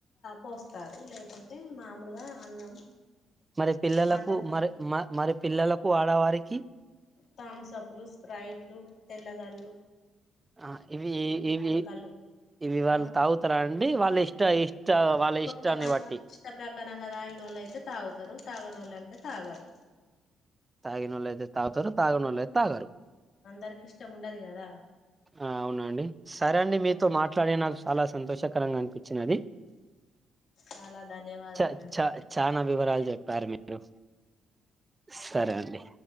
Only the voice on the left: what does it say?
పోస్తారు లేకుంటే మామూలుగా అన్నం
మటన్తో
థమ్సప్ లు స్ప్రైట్లు తెల్లగాళ్ళు
కళ్ళు
అమ్మ
కొంతమంది
ఇష్ట ప్రకారంగా తాగినోళ్ళు అయితే తాగుతారు తాగని వాళ్ళు అయితే తాగరు
అందరికి ఇష్టం ఉండది కదా
చాలా ధన్యవాదములండి